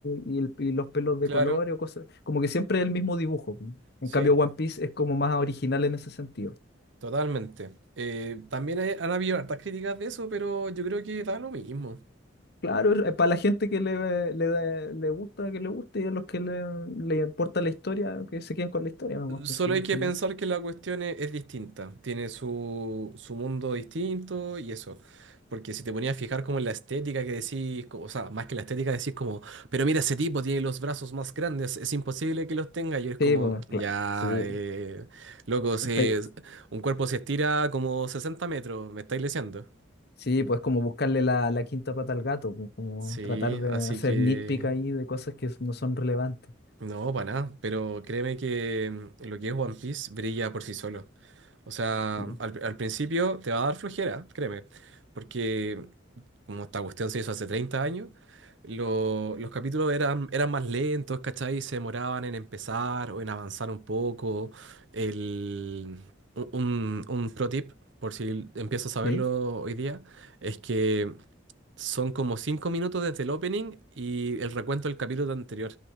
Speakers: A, on the left; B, on the right.
A: y, el- y los pelos de
B: claro,
A: colores o cosas, como que siempre el mismo dibujo. En
B: sí,
A: cambio, One Piece es como más original en ese sentido.
B: totalmente. Eh, también hay- han habido hartas críticas de eso, pero yo creo que da lo mismo.
A: Claro, es- para la gente que le, le, le gusta, que le guste, y a los que le, le importa la historia, que se queden con la historia nomás,
B: Solo
A: pues sí, al
B: hay que
A: final.
B: pensar que la cuestión es, es distinta, tiene su, su mundo distinto y eso. Porque si te ponías a fijar como en la estética que decís, co- o sea, más que la estética decís como, pero mira, ese tipo tiene los brazos más grandes, es imposible que los tenga. Y es como,
A: Sí, pues claro,
B: ya,
A: sí,
B: eh, loco, si
A: está-
B: es- un cuerpo se estira como 60 metros, me estáis leseando.
A: sí, pues como buscarle la, la quinta pata al gato, pues, como
B: Sí,
A: tratar de
B: así
A: hacer
B: que...
A: nitpick ahí de cosas que no son relevantes.
B: No, para nada, pero créeme que mm, lo que es One Piece brilla por sí solo. O sea,
A: Sí.
B: al, al principio te va a dar flojera, créeme, porque como esta cuestión se hizo hace 30 años, lo- los capítulos eran, eran más lentos, ¿cachai? Se demoraban en empezar o en avanzar un poco. El, un, un un pro tip, por si empiezas a
A: ¿Sí?
B: verlo hoy día, es que son como cinco minutos desde el opening y el recuento del capítulo anterior.